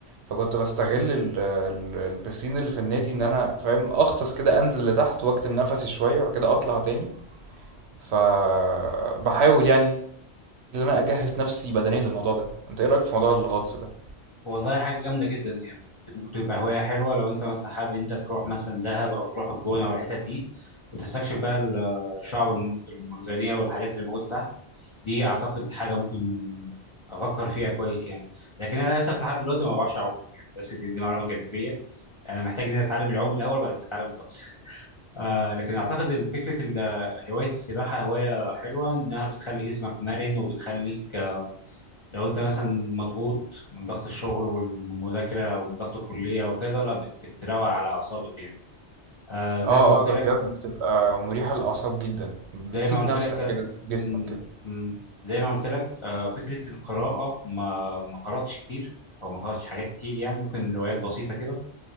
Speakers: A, on the right; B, on the left.
A: فكنت باستغل ال ال البيسين اللي في النادي إن أنا فاهم أغطس كده أنزل لتحت وأكتم نفسي شوية وبعد كده أطلع تاني، فباحاول يعني إن أنا أجهز نفسي بدنيًا للموضوع ده، أنت إيه رأيك في موضوع الغطس ده؟
B: والله حاجه جامده جدا يعني ممكن تبقى هوايه حلوه لو انت مثلا حابب انت تروح مثلا دهب او تروح الجونه او الحتت دي وتستكشف بقى ال- الشعب الم- المرجانيه والحاجات اللي موجوده تحت دي اعتقد حاجه ممكن افكر فيها كويس يعني لكن انا للاسف لحد دلوقتي ما بعرفش اعوم يعني بس دي, دي معلومه جانبيه انا محتاج ان انا اتعلم العوم الاول بعد كده اتعلم الغطس آه لكن اعتقد ال- فكره ال- هوايه السباحه هوايه حلوه انها بتخلي جسمك مرن وبتخليك آه، لو انت مثلا مضغوط من ضغط الشغل والمذاكره او من ضغط الكليه وكذا لا بت- بتروق على اعصابك يعني آه زي
A: آه،
B: ما قلت
A: آه، ده
B: لك
A: بجد بتبقى مريحة للأعصاب جدًا، بتسيب
B: زي ما قلت
A: نفسك
B: لك آه،
A: كده، بتسيب جسمك
B: م-
A: كده.
B: م- زي ما قلت لك آه فكره القراءه ما ما قراتش كتير او ما قراتش حاجات كتير يعني ممكن روايات بسيطه كده